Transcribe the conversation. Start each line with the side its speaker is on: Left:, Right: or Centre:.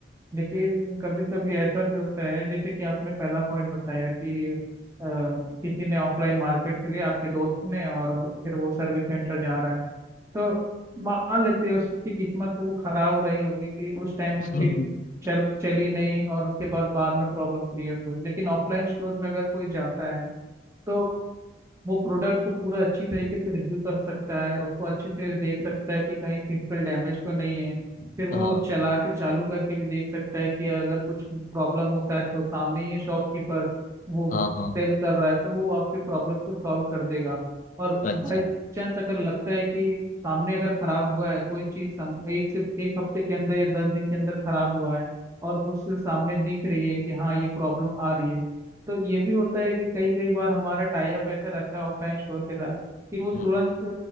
Right: लेकिन कभी कभी ऐसा भी होता है जैसे कि आपने पहला पॉइंट बताया कि अ, किसी ने ऑफलाइन मार्केट के लिए आपके दोस्त ने और फिर वो सर्विस सेंटर जा रहा है तो मान लेते हैं उसकी किस्मत तो वो खराब रही होगी कि उस टाइम पे
Left: <laughs>
Right: उसकी चल चली नहीं और उसके बाद बाद में प्रॉब्लम क्रिएट हुई लेकिन ऑफलाइन स्टोर में अगर कोई जाता है तो वो प्रोडक्ट को पूरा अच्छी तरीके से रिव्यू कर सकता है उसको अच्छे से देख सकता है कि कहीं फिजिकल डैमेज तो नहीं है फिर वो
Left: हाँ
Right: चला के चालू करके भी देख सकता है कि अगर कुछ प्रॉब्लम होता है तो सामने ही है शॉपकीपर वो
Left: हाँ हाँ
Right: सेल कर रहा है तो वो आपके प्रॉब्लम को सॉल्व कर देगा और
Left: अच्छा
Right: बाई चांस अगर लगता है कि सामने अगर खराब हुआ है कोई चीज एक से एक हफ्ते के अंदर या दस दिन के अंदर खराब हुआ है और उससे सामने दिख रही है कि हाँ ये प्रॉब्लम आ रही है तो ये भी होता है कि कई कई बार हमारा टाई अप ऐसा रहता है ऑफलाइन स्टोर के साथ कि वो तुरंत
Left: हम्म,
Right: अ,